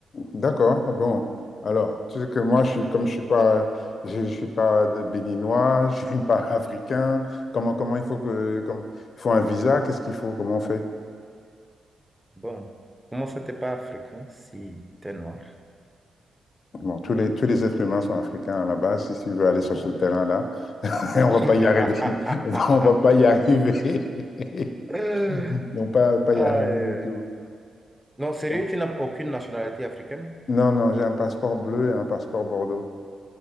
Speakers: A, on the left (about 60°); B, in the centre.
A: D'accord, bon. Alors, tu sais que moi, je suis, comme je suis pas, je, je suis pas de- béninois, <laughs> je suis pas <laughs> africain. Comment, comment il faut que, comme, il faut un visa, qu'est-ce qu'il faut, comment on fait?
B: Bon, comment ça t'es pas africain si t'es noir?
A: Bon, tous les, tous les êtres humains sont africains à la base. Si tu veux aller sur
B: Bon.
A: ce terrain-là, <laughs> on
B: <laughs>
A: va pas y arriver. <laughs> On va pas y arriver. <laughs>
B: Euh,
A: Non, pas, pas
B: Aïe,
A: y arriver
B: aïe.
A: du tout.
B: Non, sérieux,
A: Bon.
B: tu n'as aucune nationalité africaine?
A: Non, non, j'ai un passeport bleu et un passeport bordeaux.